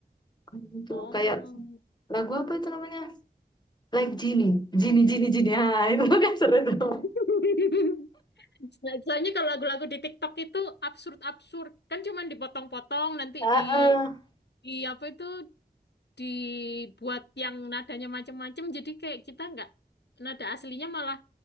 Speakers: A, on the left; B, on the left.
A: kan itu
B: Oh.
A: kayak lagu apa itu namanya? Like Genie, Genie, Genie, Genie. Ah, <laughs> itu kan seru tuh.
B: <laughs> So- Soalnya kalau lagu-lagu di TikTok itu absurd-absurd, kan cuman dipotong-potong nanti
A: ah
B: di
A: ah.
B: di apa itu dibuat yang nadanya macam-macam jadi kayak kita nggak nada aslinya malah